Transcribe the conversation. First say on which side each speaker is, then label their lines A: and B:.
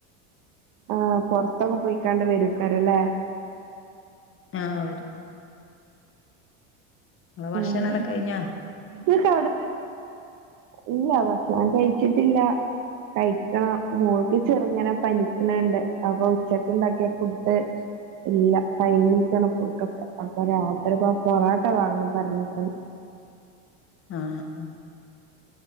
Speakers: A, on the right; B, on the left.
A: ആഹ് പൊറത്തൊക്കെ പോയിക്കാണ്ട് വരുക്കാരുംയില്ലേ
B: ആഹ് വെരും ഭക്ഷണെല്ലാം
A: ഉം
B: കഴിഞ്ഞാ
A: ന <unintelligible> ഇല്ല ഭക്ഷണം കഴിച്ചിട്ടില്ല കയി - ആ മോൾക്ക് ചെറുങ്ങനെ പനി നണ്ട് അപ്പൊ ഉച്ചക്കിണ്ടാക്കിയാ - പുട്ട് ഇല്ല കൈയിക്കണം ഫുഡൊക്കെ അപ്പൊ രാത്രിപ്പോ പൊറോട്ട വാങ്ങണം പറഞ്ഞിക്കുന്നു
B: ആ ആ